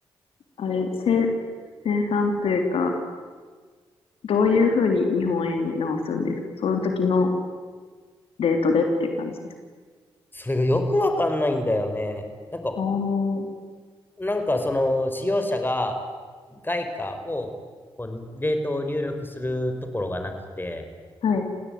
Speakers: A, on the left (about 80°); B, on the left (about 20°).
A: あれ、生、生産というか、どういうふうに日本円に直すんですかその時のレートでっていう感じですか
B: それがよくわかんないんだよね。なんか、
A: あー、
B: なんかその使用者が外貨をこうレートを入力するところがなくて、
A: はい。